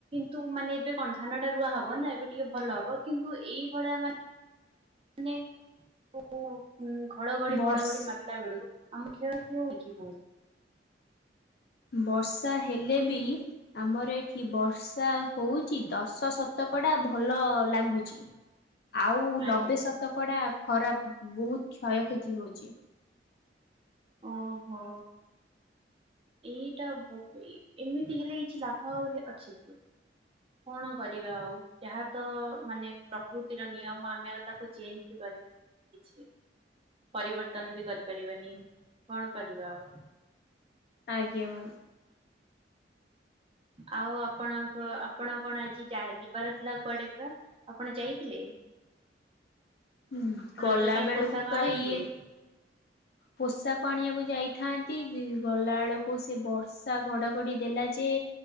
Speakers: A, on the right; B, on the left.
A: ତୁ ମାନେ ଏବେ କଣ ଧାନ ଟା ରୁଆ ହବ ନା, ଏବେ ଟିକେ ଭଲ ହବ କିନ୍ତୁ ଏଇଭଳିଆ ମାନେ ମାନେ ଘଡଘଡି
B: ବର୍ଷ
A: ଘଡଘଡି ମା ପିଲା ବେଳକୁ ଆମ <unintelligible> କିଏ ହଉଛି ବହୁତ।
B: ବର୍ଷା ହେଲେ ବି ଆମର ଏଠି ବର୍ଷା ହଉଚି, ଦଶ ଶତକଡା ଭଲ ଲାଗୁଚି।
A: <inaudible>
B: ଆଉ
A: ଆଜ୍ଞା
B: ଲବେ ଶତକଡା ଖରାପ ବହୁତ କ୍ଷୟକ୍ଷତି ହଉଛି।
A: ଓହୋ। ଏଇଟା ଏମିତି ହେଲେ କିଛି ଲାଭ ଅଛି କି। କଣ କରିବା ଆଉ ଯାହା ତ ମାନେ ପ୍ରକୃତିର ନିୟମ ଆମେ ଆଉ ତାକୁ ଚେଞ୍ଜ୍ ବି କରିବନି। କିଛି <unintelligible> ପରିବର୍ତ୍ତନ ବି କରିପାରିବନି କଣ କରିବା ଆଉ।
B: ଆଜ୍ଞା ମ
A: ଆଉ ଆପଣଙ୍କ ଆପଣ କଣ ଆଜି ଯିବାର ଥିଲା କୁଆଡେ ପା। ଆପଣ ଯାଇଥିଲେ?
B: ମ୍ୟାମ୍ ଗଲା
A: ରଜ ପାଇଁ
B: ବେଳକୁ
A: ପୋଷାକ
B: ତ
A: ଆଣିଥିଲେ?
B: ଇଏ ପୋଷାକ ଆଣିବାକୁ ଯାଇଥାନ୍ତି ଗଲା ବେଳକୁ ସେ ବର୍ଷା ଘଡଘଡି ଦେଲା ଯେ